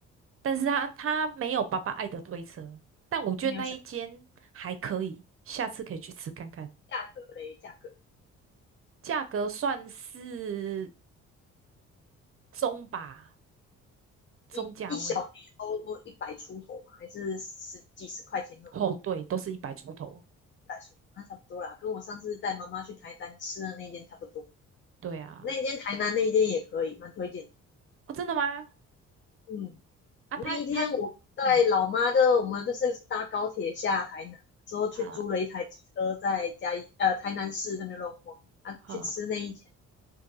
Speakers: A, on the right; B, on the left.
A: 但是他他没有爸爸爱的推车，但我觉得那一间还可以，
B: 没有想
A: 下次可以去吃看看，
B: 价格嘞，价格。
A: 价格算是中吧，中价位。
B: 一一小碟都一百出头嘛，还是十几十块钱那种
A: 哦，对，都是一百出头。
B: 一百出头，那差不多啦，跟我上次带妈妈去台南吃的那间差不多。
A: 对啊，
B: 那间台南那间也可以，蛮推荐的。
A: 哦，真的吗？
B: 嗯，
A: 啊，
B: 那一天我带老妈的，
A: 他他，嗯，
B: 我们就是搭高铁下台南，之后去租了一台机车在嘉义呃台南市那边乱晃啊，
A: 他。好，
B: 去吃那一间。